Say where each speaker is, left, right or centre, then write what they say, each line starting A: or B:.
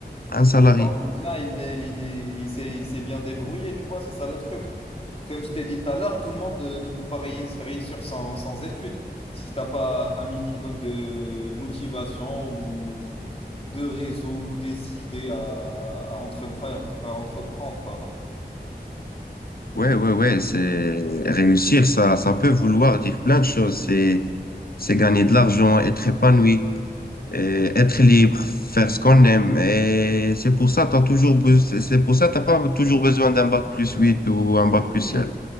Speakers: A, on the left; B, on the left.
A: un salarié.
B: c'est- ton cousin, il est, il est, il s'est, il s'est bien débrouillé, tu vois, c'est ça le truc. Comme je t'ai dit tout à l'heure, tout le monde euh, ne peut pas réu- réussir sans, sans études. Si t'as pas un minimum de motivation ou de réseau, des idées à, à entreprendre, à entreprendre, pardon.
A: Ouais, ouais, ouais, c'est réussir, ça, ça peut vouloir dire plein de choses. C'est, c'est gagner de l'argent, être épanoui. euh, être libre, faire ce qu'on aime. Et c'est pour ça, t'as toujours, be- c'est pour ça, t'as pas toujours besoin d'un bac plus 8 ou
B: Oui,
A: un bac plus
B: mais...
A: 7.